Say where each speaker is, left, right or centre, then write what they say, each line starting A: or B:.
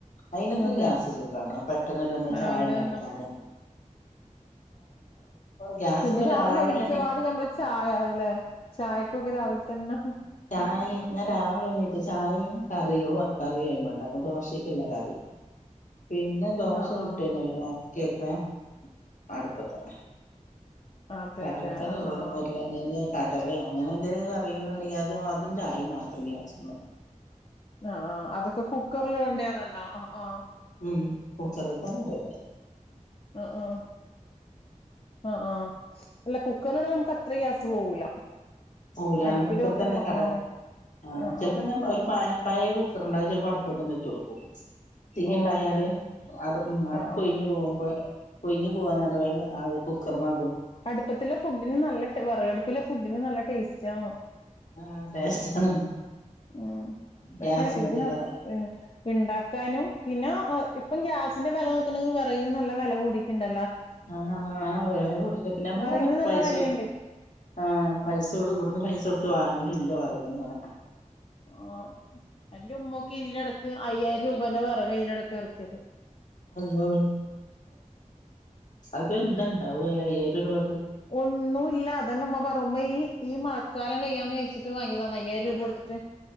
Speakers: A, on the left; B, on the left.
A: അതിനൊക്കെ
B: അതെ
A: ഗ്യാസ് സുഖാണ് പെട്ടെന്ന്
B: ആ,
A: <unintelligible> ചായ
B: അതന്നെ
A: ഉണ്ടാക്കിയാലും ഗ്യാസുമ്മെ
B: പിന്നെ രാവിലെ എണീച്ചപാട്
A: എണീ
B: ഞമ്മള് ചായ ആവില്ലെ ചായ ക്കൊക്കെ രാവിലെ തന്നെ
A: ചായയും ഞാൻ രാവിലെ എണീറ്റ് ചായയും കറികളും കറി ആദ്യമേ ഉണ്ടാക്കും ദോശക്കുള്ള കറി പിന്നെ ദോശ
B: ആഹ് ആഹ്
A: ചുട്ട് കഴിഞ്ഞ് പിന്നെ ബാക്കിയൊക്കെ അടുപ്പേ തന്നെ
B: അതെ
A: കടലക്കറി
B: അതെ ആഹ്
A: ഉരുള
B: ആഹ്
A: ഉരുളം കിഴങ്ങ് കടലയോ അങ്ങനെ എന്തെങ്കിലും കറികളുണ്ടെങ്കിൽ അത് ആ അതിന്റെ ആയി മാത്രം അല്ലെ ആവശ്യം പറയും
B: ആ ആ അതൊക്കെ കുക്കറിൽ വേണ്ടിയതെല്ലാം ആ ആ
A: ഉം <unintelligible> തന്നെയല്ലേ ഇത്
B: ആ ആ ആ ആ അല്ല കുക്കറിൽ ഇടുമ്പോ നമുക്ക് അത്ര ഗ്യാസ് പോവൂല
A: ക്കൂല
B: അടുപ്പില്
A: കുക്കറി
B: വെക്കുമ്പോ
A: തന്നെ അതെ
B: ആഹ്
A: ആ
B: ആഹ്
A: ചെല്
B: ആഹ്
A: പ്പോ ഞാൻ ഒരു പയേ പഴേ കുക്കർ ഇണ്ട് അത് ചെല് പ്പം അടുപ്പെത്തും വെച്ച് കൊടുക്കും തീയ്ണ്ടായാല്
B: ഓ അതെ
A: അത് ഉം അടുപ്പൊഴിഞ്ഞ്
B: ആഹ് ആഹ്
A: പോകുമ്പോ കൊഴിഞ്ഞു പോവാനാ <unintelligible> വേം കുക്കർമെ
B: അടുപ്പത്തില് ഫുഡിന് നല്ല വെറകടുപ്പിലെ ഫുഡിന് നല്ല ടേസ്റ്റ് ചാ
A: ആഹ് ടേസ്റ്റാണ്
B: ഉം പക്ഷേ
A: ഗ്യാസ്മ്മത്തേലേറെ
B: ഇതെന്നാ ഇ ഇണ്ടാക്കാനും പിന്നെ ഒ ഇ ഇപ്പം ഗ്യാസിന്റെ വെല നോക്കാന്നെങ്കിവെറകിന് നല്ല വില കൂടിട്ടുണ്ട്
A: ആഹ് ആ ആ വടെ കൂടീട്ട് പിന്നെ നമ്മളവിടെ
B: വെറകിന് നല്ല
A: പൈസ
B: വെലയുണ്ട്
A: ആ പൈസടും ഇവിടുന്ന് പൈസ കൊടു ത്ത് വാങ്ങലില്ല വെറകങ്ങനെ
B: ഓ എന്റെ ഉമ്മക്കേ ഇതിന്റെടക്ക് അയ്യായിരം രൂപന്റെ വെറകാ ഇതിനിടക്ക് ഇറക്കിയത്
A: അയ്യോ അതെന്താണ്ടാവ അയ്യായിരം രൂപ
B: ഒന്നുല്ല അതന്നെ ഉമ്മ പറ് ഉമ്മ ഈ ഈ മഴക്കാലം കയ്യാ ന്ന് വിചാരിച്ചിട്ടി വാങ്ങിയതാ അയായിരം രൂപ കൊടുത്തിട്ട്